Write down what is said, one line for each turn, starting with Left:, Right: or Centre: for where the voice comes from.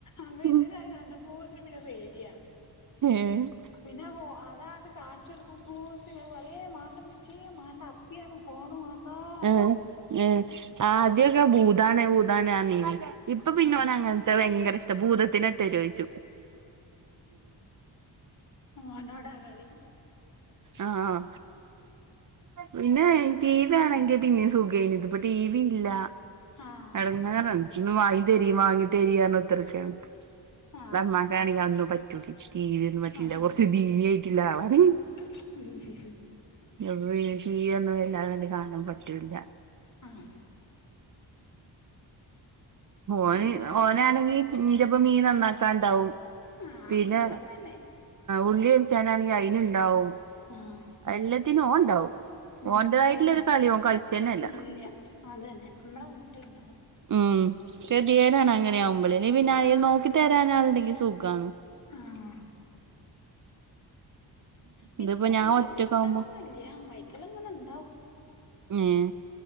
Left: അപ്പൊ
Right: ഉം
Left: ഇവനത് കണ്ടപ്പോതിന് പിന്നെ പേടിയാ.
Right: ഏഹ്
Left: പിന്നെ പോ അതാണ്ട് കാണിച്ചെടുക്കുമ്പോെതിന് ഒറേ മാറി ച്ചീ മാണ്ട മ്മച്യേ മാണ്ട അപ്പിയാണ് ഫോണ് മണ്ടാറിം.
Right: ഏഹ് ഏഹ് ആദ്യൊക്കെ ഭൂതണെ ഭൂതാണ ആ നീ. ഇപ്പൊ പിന്നെോനെ
Left: ആഹ്
Right: അങ്ങനത്തെ ഭയങ്കര ഇഷ്ട ഭൂതത്തിനട്ടെരോയ് ച്ചും.
Left: ഓനോടാകളി.
Right: ആഹ് പിന്നെ കീ വേണെങ്കി പിന്നിം സുഖയ്ന്തു. ഇപ്പൊ ടി വി ഇല്ല
Left: ആഹ്
Right: എടങേറാണ്. ഇചൊന്ന് വാങ്ങി തരി വാങ്ങി തരിന്നറഞ്ഞുത്തർക്കാണ്
Left: ആഹ്
Right: അ കാണാ അന്നും പറ്റൂല ടി വ്യോന്നും പറ്റൂല
Left: ആഹ്
Right: ഒറച്ച് ദീ നായിറ്റ്ള്ളളാണ്.
Left: <inaudible>
Right: പിന്നെ ടീവ്യോന്നും വല്ലാദണ്ട് കാണാൻ പറ്റൂില്ല
Left: ആഹ്
Right: ഓന്
Left: അംഗനവാടി
Right: ഓനാണെങ്കിൽ ന്റപ്പ മീൻ നന്നാക്കാണ്ടാവും
Left: ആഹ്
Right: പിന്നെ
Left: ഇതും അങ്ങനെ
Right: ഉള്ളിയുൽച്ചനാണെങ്കിൽ അയിന്ണ്ടാവും
Left: ആഹ്
Right: എല്ലത്തിനും ഓണ്ടാവും
Left: ഉം
Right: ഓണ്ടതായിട്ടുള്ള
Left: ഓല്
Right: ഒരു കളീം ഓന് കളിച്ചേന്നെ അല്ല
Left: ഇല്ല അതന്നെ നമ്മളങ്ങോട്ടുണ്ടാവും
Right: ഉം കേതിയേടാണ് അങ്ങനെ ആവുമ്പോള ഇ പിന്നെ അ
Left: ആഹ്
Right: നോക്കി തരാൻ ആളുണ്ടെങ്കിൽ സുഖാണ്
Left: ആഹ് പിത്ത
Right: ഇതിപ്പോ ഞാൻ
Left: ഇത്
Right: ഒറ്റക്കാവുമ്പോ
Left: പിത്തനൊ ന്നുല്ല വൈത്തലങ്ങനെ ഉണ്ടാവും
Right: ഏഹ്